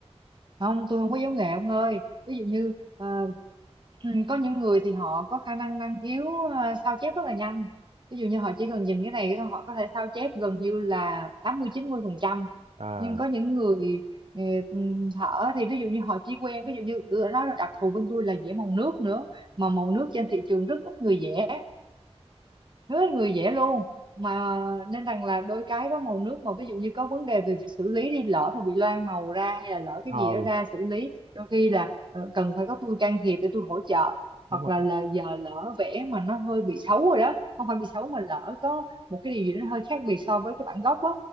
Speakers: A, on the right (about 45°); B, on the right (about 65°).
A: không tôi không có giấu nghề ông ơi ví dụ như ờ, Ừ, có những người thì họ có khả năng năng khiếu à, sao chép rất là nhanh ví dụ như họ chỉ cần nhìn cái này họ có thể sao chép gần như là tám mươi chín mươi phần trăm
B: à
A: nhưng có những người ờ, ừm, thở thì ví dụ như họ chỉ quen ví dụ như tôi đã nói là đặc thù bên tôi là vẽ màu nước nữa mà màu nước trên thị trường rất ít người vẽ rất người dễ luôn mà nên rằng là đôi cái có màu nước mà ví dụ như có vấn đề về xử lý đi lỡ mà bị loang màu ra hay là lỡ cái
B: ờ
A: gì đó ra xử lý đôi khi là ờ, cần phải có tôi can thiệp để tôi hỗ trợ
B: đúng
A: hoặc
B: rồi
A: là là giờ lỡ vẽ mà nó hơi bị xấu rồi đó không phải bị xấu mà lỡ có một cái điều gì đó hơi khác biệt so với cái bản gốc á